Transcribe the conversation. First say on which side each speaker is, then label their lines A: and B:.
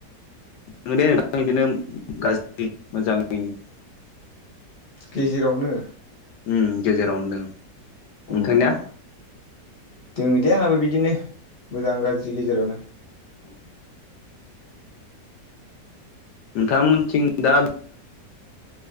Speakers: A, on the left; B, on the left.
A: दङ दे नोंथां बिदिनो गाज्रि मोजाङैनो
B: गेजेरावनो
A: ओ गेजेरावनो दों नोंथांनिया
B: अ अ दङ दे आंनाबो बिदिनो मोजां गाज्रि गेजेरावनो
A: <inaudible> नोंथां मोनथिं दा